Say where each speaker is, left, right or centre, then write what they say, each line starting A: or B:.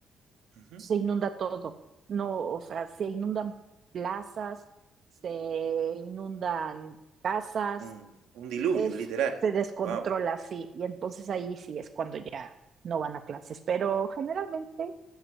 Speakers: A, on the right; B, on the right.
A: ujú.
B: se inunda todo. No, o sea, se inundan plazas, se inundan casas,
A: Un, un diluvio,
B: es,
A: literal.
B: se descontrola
A: Wow.
B: así y entonces ahí sí es cuando ya no van a clases, pero generalmente